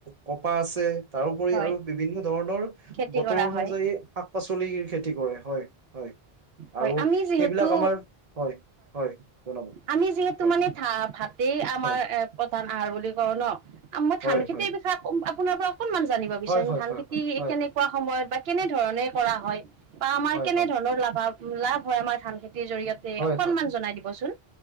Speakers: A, on the right; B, on the right.
A: কপাহ আছে তাৰোপৰি
B: হয়
A: আৰু বিভিন্ন ধৰণৰ
B: খেতি
A: বতৰ
B: কৰা
A: অনুযায়ী
B: হয়
A: শাক পাচলিৰ খেতি কৰে হয়। হয়
B: হয়
A: আৰু
B: আমি যিহেতু
A: সেইবিলাক আমাৰ, হয় হয় জনাব।
B: আমি যিহেতু
A: হয়
B: মানে ভা-ভাতেই আমাৰ
A: হয়
B: এ প্ৰধান আহাৰ বুলি কওঁ ন' মই ধান
A: হয়
B: খেতি
A: হয়
B: বি আপোনাৰ পৰা অকনমান জানিব বিচাৰিম,
A: হয় হয়
B: ধান
A: হয়
B: খেতি
A: হয়
B: কেনেকুৱা সময়ত বা কেনে ধৰণে কৰা হয় বা আমাৰ
A: হয়
B: লাভ লাভ হয় আমাৰ ধান খেতিৰ জৰিয়তে
A: হয়
B: অকনমান
A: হয় হয়
B: জনাই দিবচোন।